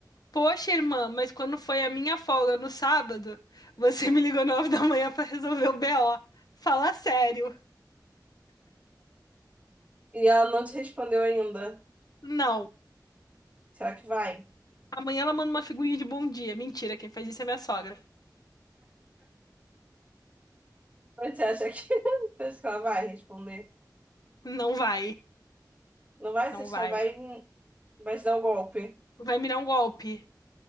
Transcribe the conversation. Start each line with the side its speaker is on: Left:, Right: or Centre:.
Left: Poxa, irmã, mas quando foi a minha folga no sábado, você me ligou nove da manhã pra resolver o BO. Fala sério.
Right: E ela não te respondeu ainda.
Left: Não.
Right: Será que vai?
Left: Amanhã ela manda uma figurinha de bom dia. Mentira, quem faz isso é minha sogra.
Right: Mas Você acha que, <laughs> você acha que ela vai responder?
Left: Não vai,
Right: Não vai?
Left: não
Right: Você acha
Left: vai.
Right: que ela vai, vai te dar um golpe?
Left: Vai me dar um golpe.